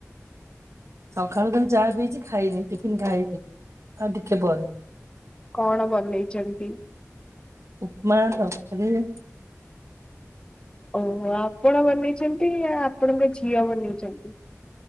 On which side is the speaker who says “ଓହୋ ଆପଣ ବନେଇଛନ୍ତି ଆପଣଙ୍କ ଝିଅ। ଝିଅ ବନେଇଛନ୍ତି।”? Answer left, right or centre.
Left